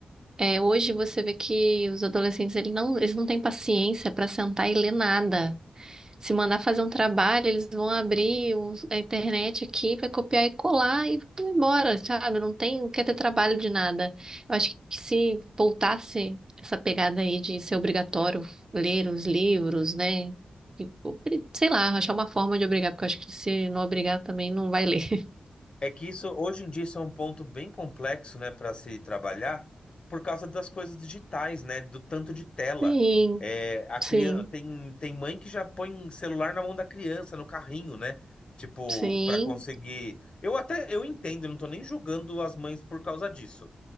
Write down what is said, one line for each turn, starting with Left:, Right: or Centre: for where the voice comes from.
Right: É, hoje você vê que os adolescentes eles não, eles não têm paciência para sentar e ler nada. Se mandar fazer um trabalho, eles vão abrir o- a internet aqui, vai copiar e colar e vai embora, sabe? Não tem, não quer ter trabalho de nada. Eu acho que se voltasse essa pegada aí de ser obrigatório ler os livros, né? E, obri- Sei lá, achar uma forma de obrigar, porque eu acho que se não obrigar também não vai ler. <laughs>
Left: É que isso, hoje em dia, isso é um ponto bem complexo, né, para se trabalhar, por causa das coisas digitais, né, do tanto de tela.
Right: Sim,
Left: É, a
Right: sim,
Left: criança, tem, tem mãe que já põe um celular na mão da criança, no carrinho, né, tipo,
Right: sim.
Left: para conseguir. Eu até, eu entendo, eu não tô nem julgando as mães por causa disso,